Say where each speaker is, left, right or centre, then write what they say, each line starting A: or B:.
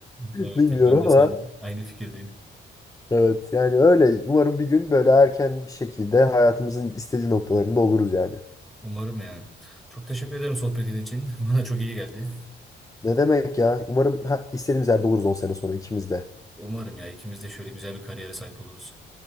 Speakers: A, in the centre; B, on the left (about 15°).
A: Evet,
B: <laughs> Bilmiyorum
A: ya, ben de
B: ama
A: sen aynı fikirdeyim.
B: evet yani öyle. Umarım bir gün böyle erken bir şekilde hayatımızın istediği noktalarında oluruz yani.
A: Umarım yani. Çok teşekkür ederim sohbetin için. <laughs> Bana çok iyi geldi.
B: Ne demek ya? Umarım ha, istediğimiz yerde oluruz 10 sene sonra ikimiz de.
A: Umarım ya ikimiz de şöyle güzel bir kariyere sahip oluruz.